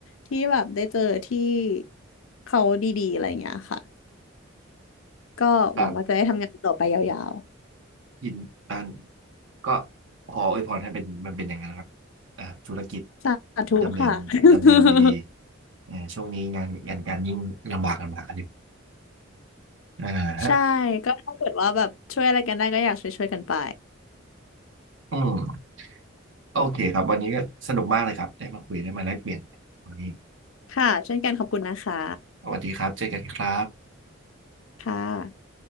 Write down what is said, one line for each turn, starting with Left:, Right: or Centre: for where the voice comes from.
Left: ที่แบบได้เจอที่เขาดีๆอะไรอย่างเงี้ยค่ะก็หวังว่าจะได้ทำงานต่อไปยาว
Right: แบบยินอันก็ขออวยพรให้เป็นมันเป็นอย่างนั้นนะครับอ่าธุรกิจ
Left: ๆสาธุค่ะ
Right: ดำเนินดำเนินดีๆอ่าช่วงนี้งานงานการยิ่งลำบากลำบากกันอยู่
Left: <laughs>
Right: อ่าฮะ
Left: ใช่ก็ถ้าเกิดว่าแบบช่วยอะไรกันได้ก็อยากช่วยๆกันไป
Right: อืมโอเคครับวันนี้ก็สนุกมากเลยครับได้มาคุยได้มาแลกเปลี่ยนกันวันนี้
Left: ค่ะเช่นกันขอบคุณนะคะ
Right: สวัสดีครับเจอกันครับ
Left: ค่ะ